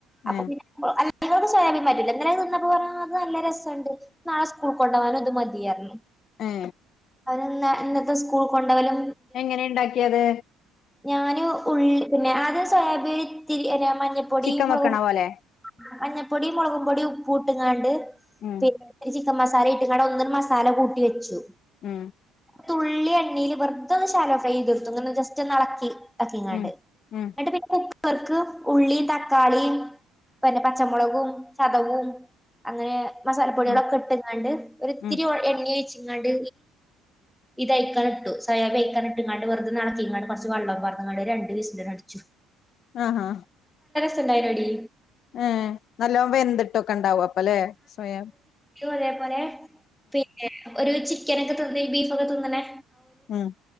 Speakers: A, in the centre; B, on the left (about 45°).
A: അപ്പൊ
B: ഏഹ്
A: പിന്നെ സോയാബീൻ പറ്റില്ല ഇന്നല്ലേ അത് തിന്നപ്പോ പറഞ്ഞു ആ ഇത് നല്ല രസണ്ട് നാളെ സ്കൂൾക്ക് കൊണ്ടോവാൻ ഇത് മതിഅർന്നു
B: ഏ
A: അവര് ന്ന ഇന്നത്തെ സ്കൂൾക്ക് കൊണ്ടോവല്
B: എങ്ങനെ ഇണ്ടാക്കിയത്
A: ഞാന് ഉള്ളി ആദ്യം സോയാബീന് ഇത്തിരി മഞ്ഞപ്പൊടിം
B: ചിക്കൻ
A: മുളകും
B: വെക്കണ പോലെ
A: മഞ്ഞൾപ്പൊടിം മുളകും പൊടിം ഉപ്പൂട്ടാണ്ട്
B: ഉം
A: പിന്നെ ചിക്കൻ മസാല ഇട്ട്ക്കാണ്ട് ഒന്നും മസാല കൂട്ടി വെച്ചു
B: ഹ്
A: തുള്ളി എണ്ണില് വെറുതൊന്ന് ശാലോ ഫ്രൈ ചെയ്ത് ഇട്ത്തു ഇങ്ങനെ ജസ്റ്റ് ഒന്ന് അലക്കി ആക്കി ഇങ്ങാണ്ട്
B: ഉം ഉം
A: എന്നിട്ട് പിന്നെ കുക്കർക്ക് ഉള്ളീം തക്കാളീം പന്നെ പച്ചമുളകും ചതവും അങ്ങനെ മസാലപ്പൊടിളൊക്കെ
B: ഉം
A: ഇട്ട്ങ്ങാണ്ട് ഒരിത്തിരി
B: ഉം
A: എണ്ണിമ് ഒഴിച്ച്ങ്ങാണ്ട് ഈ ഇത് അയക്കണ്ട് ഇട്ടു സായാബിം അയ്ക്കാണ്ട് ഇട്ട്ങ്ങാണ്ട് വെർതെ അലക്കിങ്ങാണ്ട് കോർച്ച് വെള്ളം പാർന്ന്ക്കാണ്ട് രണ്ട് വിസ്ലാണ്ട് അട്ച്ചു
B: ഹാ ഹാ
A: <unintelligible> എടി
B: ഹേ നല്ലോ വെന്തിട്ടൊക്കെ ഉണ്ടാവും അപ്പല്ലെ സ്വയ
A: അതേപോലെ പിന്നെ ഒരു ചിക്കനൊക്കെ തിന്നെ ബീഫൊക്കെ തിന്ന്നെ
B: ഹ്